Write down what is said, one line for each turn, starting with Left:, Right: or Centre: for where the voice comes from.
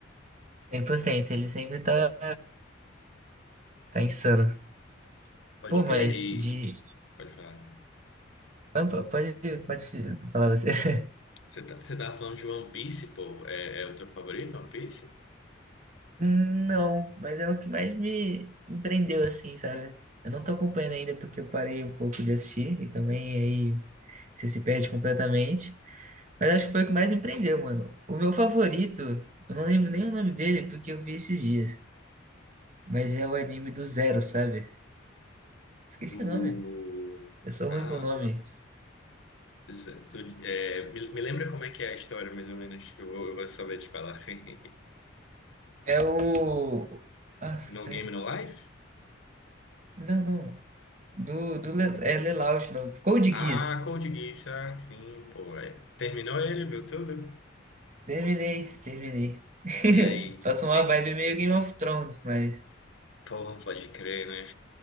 Right: cem por cento. ele sempre tá, tá insano.
Left: Pode
Right: Pô, mas
Left: crer. E
Right: de...
Left: pode falar.
Right: Ah, po- Pode, pode falar você. <laughs>
Left: Você tá, você tava falando de One Piece, pô. É, é o teu favorito, One Piece?
Right: Não, mas é o que mais me me prendeu, assim, sabe? Eu não tô acompanhando ainda porque eu parei um pouco de assistir e também aí você se perde completamente. Mas acho que foi o que mais me prendeu, mano. O meu favorito, eu não lembro nem o nome dele porque eu vi esses dias. mas é o anime do Zero, sabe? Esqueci
Left: Do.
Right: o nome. Eu sou
Left: Ah,
Right: ruim com o nome.
Left: isso- tu, é, me, me lembra como é que é a história, mais ou menos, que eu vou, eu vou saber te falar. <laughs>
Right: É o. Nossa,
Left: No
Right: peraí.
Left: Game, No Life?
Right: Não, não. Do, do Le... É Lelouch, não. Code
Left: Ah,
Right: Geass.
Left: Code Geass, ah, sim, pô. é. Terminou ele, viu tudo?
Right: Terminei, terminei. <laughs>
Left: E aí?
Right: Passou
Left: Que...
Right: uma vibe meio Game of Thrones, mas.
Left: Pô, pode crer, né?